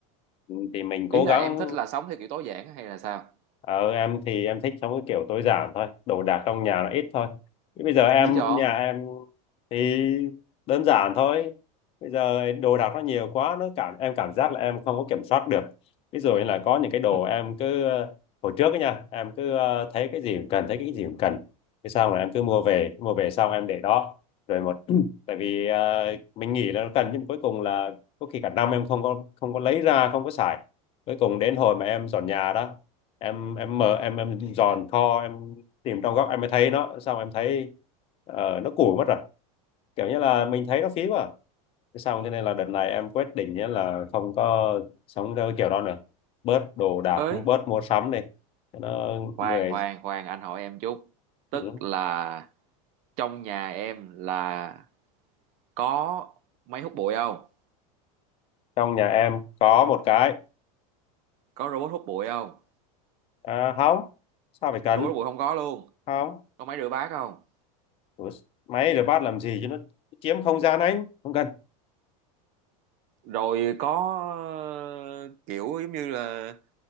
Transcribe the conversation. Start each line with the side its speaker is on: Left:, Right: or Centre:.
Left: Ừ, thì mình cố
Right: Ý là
Left: gắng
Right: em thích là sống theo kiểu tối giản hay là sao?
Left: Ờ, em thì em thích sống cái kiểu tối giản thôi, đồ đạc trong nhà nó ít thôi. Thế Bây giờ em
Right: Lý do?
Left: nhà em thì đơn giản thôi. Bây giờ đồ đạc nó nhiều quá, nó cảm em cảm giác là em không có kiểm soát được. Ví dụ như là có những cái đồ
Right: <laughs>
Left: em cứ ờ, hồi trước ấy nha, em cứ ờ, thấy cái gì cần, thấy cái gì cũng cần. Thế xong là em cứ mua về, mua về xong em để đó. Rồi một <clears throat> tại vì ờ, mình nghĩ là nó cần nhưng cuối cùng là có khi cả năm em không có không có lấy ra, không có xài. Cuối cùng đến hồi mà em dọn nhà đó em em mở em em dòn kho em tìm trong góc em mới thấy nó xong em thấy ờ, nó củi mất rồi kiểu như là mình thấy nó phí quá à. Thế xong thế nên là đợt này em quyết định nhá là không có sống theo cái kiểu đó nữa bớt đồ đạc
Right: Ừ. ấy
Left: bớt mua sắm đi Cho nó
Right: khoan
Left: người
Right: khoan khoan anh hỏi em chút tức
Left: ừ.
Right: là trong nhà em là có máy hút bụi không
Left: trong nhà em có một cái
Right: có robot hút bụi không
Left: à, không sao phải cần
Right: robot hút bụi không có luôn
Left: không
Right: có máy rửa bát không
Left: Ủa, máy rửa bát làm gì chứ nó chiếm không gian anh không cần
Right: rồi có ờ, kiểu giống như là